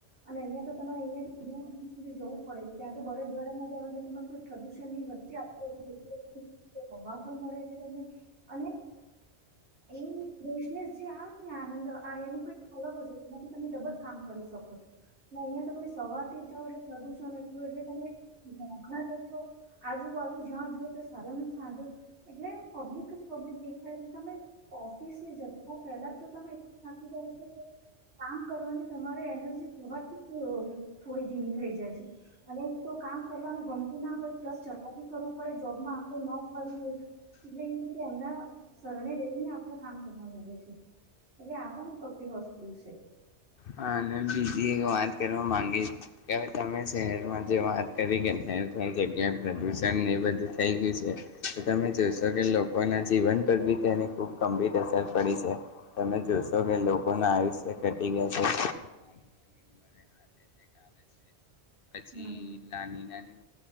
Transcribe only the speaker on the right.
અને અહિયાં તો તમારે અહિયાં દૂર દૂર સુધી જવું પડે છે ત્યાં તો બળદ દ્વારામાંજ આવે એટલે ત પ્રદૂષણ ની વચ્ચે આ હવા પણ મળે છે તમને અને એ ફેશનેસ જે આવે ને આનંદ આ એનું કઈક અલગ જ હોય એમાંથી તમે ડબલ કામ કરી શકો છો અહિયાં તો તમે સવાર થી જ જાવ એટલે પ્રદુષણ બરલે તમે <inaudible> લો આજુબાજુ જ્યાં જુઓ ત્યાં સાધો ન સાધો એટલે પબ્લિક જ પબ્લિક દેખાય એટલે તમે ઓફિસે જતા પહેલા જ તો તમે એટલું થકી જાવ છે કે કામ કરવાની તમારે એનર્જી થવાથી થોડી ધીમી થઈ જાય છે અને તો કામ કરવાનું ગમતું ના હોય પ્લસ છતા બી કરવું પડે જોબમાં આપણે ન ફરીએ એટલે એવી રીતે એમના શરણે જઈને આપણે કામ કરવાનું હોય છે એટલે આપણ એક અઘરી વસ્તુ છે.
હમ